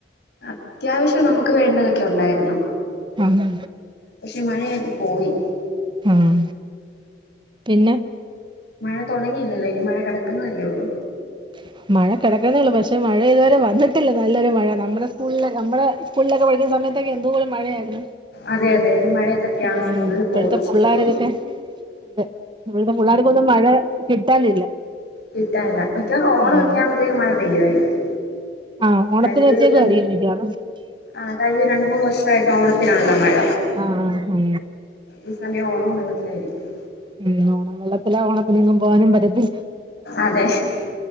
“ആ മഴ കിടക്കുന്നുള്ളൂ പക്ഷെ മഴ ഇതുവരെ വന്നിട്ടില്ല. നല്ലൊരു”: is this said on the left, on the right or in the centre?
Right